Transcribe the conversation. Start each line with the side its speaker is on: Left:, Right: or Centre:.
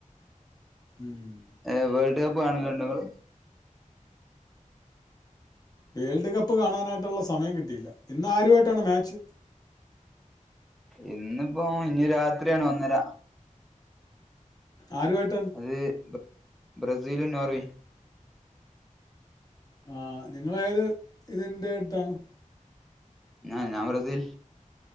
Left: മം
Centre: ഏ വേൾഡ് കപ്പ് കാണുന്നണ്ടോ നിങ്ങള്
Left: വേൾഡ് കപ്പ് കാണാനായിട്ടുള്ള സമയം കിട്ടിയില്ല ഇന്ന് ആരുമായിട്ടാണ് മാച്ച്
Centre: ഇന്നിപ്പോ ഇനി രാത്രിയാണ് ഒന്നര
Left: ആരുമായിട്ടാണ്
Centre: അത് ബ്രസീലും നോർവേയും
Left: ആ നിങ്ങള് ഏത് ഇതിന്റെ അടുത്താണ്
Centre: ഞാ ഞാൻ ബ്രസീൽ